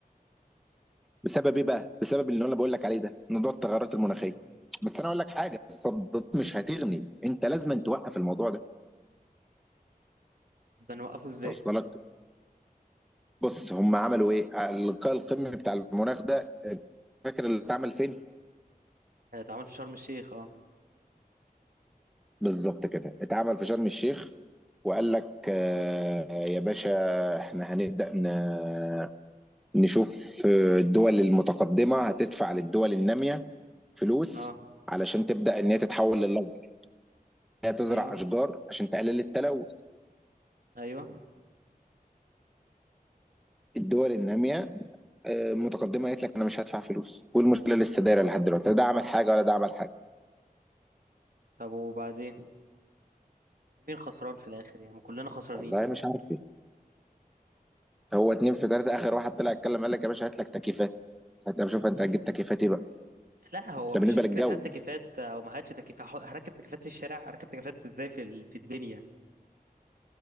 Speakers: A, in the centre; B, on the right.
A: بسبب ايه بقى؟ بسبب اللي انا بقول لك عليه ده موضوع التغيرات المناخية
B: امم
A: بس انا اقول لك حاجة الصدات مش هتغني انت لازم توقف الموضوع ده
B: ده نوقفه ازاي
A: انت واصل لك بص هم عملوا ايه؟ اللقاء القمه بتاع المناخ ده أنت فاكر اللي اتعمل فين؟
B: آه، اتعمل في شرم الشيخ اه
A: بالظبط كده اتعمل في شرم الشيخ وقال لك آه، يا باشا احنا هنبدأ ن- نشوف آه، الدول المتقدمة هتدفع للدول النامية فلوس
B: اه
A: علشان تبدأ ان هي تتحول للأخضر إن هي تزرع
B: ايوه
A: أشجار عشان تقلل التلوث
B: ايوه
A: الدول النامية آه، متقدمة قالت لك انا مش هدفع فلوس والمشكلة لسه دايرة لحد دلوقتي لا ده عمل حاجة ولا ده عمل حاجة
B: طب وبعدين مين خسران في الاخر يعني ما كلنا خسرانين
A: والله مش عارف هو اتنين في تلاته اخر واحد طلع اتكلم قال لك يا باشا هات لك تكييفات هات يا باشا، شوف انت هتجيب تكييفات ايه بقى
B: لا هو
A: ده
B: مش
A: بالنسبه
B: فكره
A: للجو
B: هات تكييفات او ما هاتش تكييفات ح- هركب تكييفات في الشارع هركب تكييفات ازاي في ال- في الدنيا